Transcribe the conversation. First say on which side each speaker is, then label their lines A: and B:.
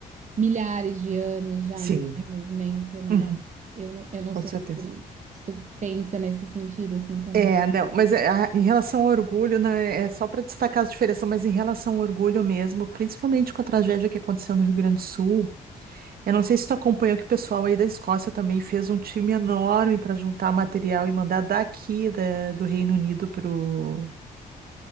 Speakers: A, on the right (about 45°); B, on the right (about 65°).
A: milhares de anos já
B: sim,
A: em desenvolvimento, né?
B: Uhum,
A: Eu não, eu não
B: com
A: sei
B: certeza.
A: se tu, se tu pensa nesse sentido assim também.
B: É, não, mas é, a- em relação ao orgulho, né, é só para destacar as diferenças, mas em relação ao orgulho mesmo, principalmente com a tragédia que aconteceu no Rio Grande do Sul, eu não sei se tu acompanhou que o pessoal aí da Escócia também fez um time enorme para juntar material e mandar daqui da- do Reino Unido para o